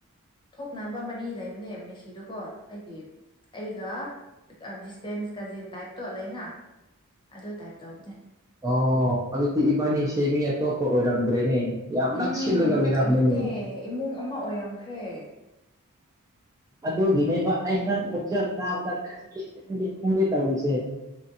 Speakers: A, on the left; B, on the right.
A: ꯊꯣꯛꯅꯕ ꯃꯔꯤ ꯂꯩꯕꯅꯦ ꯃꯦꯁꯤꯗꯨꯀꯣ ꯑꯩꯒꯤ ꯑꯩꯒ ꯗꯤꯁꯇꯦꯟꯁ ꯀꯖꯤꯟ ꯇꯥꯏꯞꯇꯣ ꯂꯩꯅ ꯑꯗꯨ ꯇꯥꯏꯞ ꯇꯧꯕꯅꯦ
B: ꯑꯣ ꯑꯗꯨꯗꯤ ꯏꯕꯥꯅꯤꯁꯦ ꯃꯤ ꯑꯇꯣꯞꯄ ꯑꯣꯏꯔꯝꯗ꯭ꯔꯦꯅꯦ ꯌꯥꯝ ꯅꯛꯁꯤꯜꯂꯒ
A: ꯎꯝ
B: ꯂꯩꯏꯔꯝꯦꯅꯦ
A: ꯑꯗꯨꯅꯦ ꯏꯃꯨꯡ ꯑꯃ ꯑꯣꯏꯔꯝꯈ꯭ꯔꯦ
B: ꯑꯗꯨꯒꯤꯅꯦꯕ ꯑꯩ ꯅꯪ ꯈꯣꯡꯆꯦꯜ ꯇꯥꯕꯗ ꯈꯪꯒꯦ ꯈꯪꯒꯦ ꯈꯪꯒꯦ ꯇꯧꯔꯤꯁꯦ